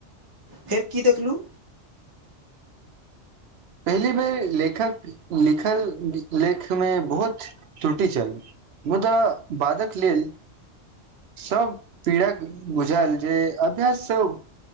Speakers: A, on the right; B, on the right.
A: फेर कि देखलु
B: पहिली बेर लेखक लिखल लेखमे बहुत त्रुटि छल मुदा बादक लेल सब पीड़क बुझल जे अभ्यास सब